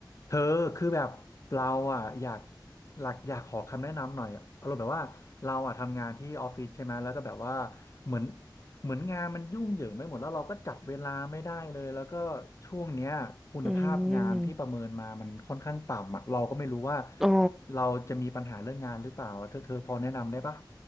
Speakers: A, on the left; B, in the centre.
A: เธอคือแบบเราอ่ะอยากหลักอยากขอคำแนะนำหน่อยอารมณ์แบบว่าเราอ่ะทำงานที่ออฟฟิศใช่ไหมแล้วก็แบบว่าเหมือนเหมือนงานมันยุ่งเหยิงไปหมดแล้วเราก็จัดเวลาไม่ได้เลยแล้วก็ช่วงเนี้ยคุณภาพงานที่ประเมินมามันค่อนข้างต่ำอ่ะเราก็ไม่รู้ว่า
B: อืมอ๋อ
A: เราจะมีปัญหาเรื่องงานหรือเปล่าเธอเธอพอแนะนำได้ปะ